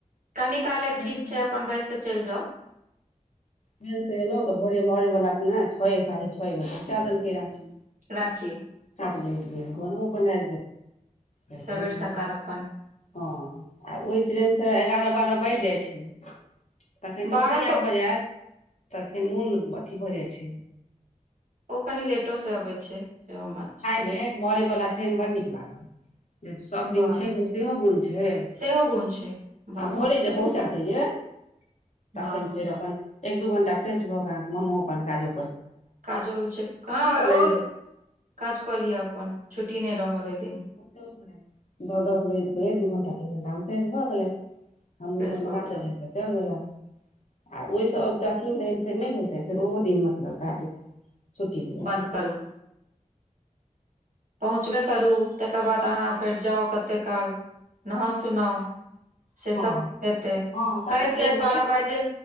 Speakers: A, on the right; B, on the left.
A: कनि काले
B: ट्रेन
A: ठीक
B: से
A: छै अपन बैस क चेल जाउ
B: फन से एलहुँ तऽ भोरे मरे वलााक के ने छओ साढ़े छओमे पहुँचा देलकै रहै
A: राँची
B: सात बजे घर ब आ गेल
A: सबेर
B: फ्रेश हँ
A: सकाल अपन
B: आ ओहि ट्रेन से एगारह बारह बाज जाइ छै तखन तऽ
A: बारह तो
B: आएत तखन मन अथी भऽ जाइ छै
A: ओ कनि लेटो से अबै छै सेहो बात छै
B: ह मरे बला बड नीक लागल जे सभ
A: वाह
B: दिन छै सेहो गुण छै आ
A: सेहो गुण छै वाह
B: भोरे जे पहुँचा दैये तखन
A: वाह
B: फेर
A: वाह
B: अपन एक दू घंटा फ्रेश भऽ क मोमो अपन काजो
A: काजो छै हँ ओ
B: जे
A: काज कऽ लिअ अपन छुट्टी नहि रहल ओहि दिन'
B: त हमरा <inaudible> नो दस बजे दू घण्टा तीन घण्टा हम फेगै हम भ गेलेन
A: फ्रेश
B: पन्द्रह
A: भऽ गेलहुँ
B: जने ह त चन गेला आ ओहिसँ अबतथिन तहन फेर नहि होयइतनि फेर ओहो दिन मतलब काज छुट्टी लिअ
A: बन्द करू पहुँचबे करू तकर बाद अहाँ फेर जाउ कते काल नहा सुनाउ से सब
B: हँ
A: हेतै
B: हँ तखन
A: करैत
B: तऽ
A: करैत
B: एक डेढ़
A: बारह बाजे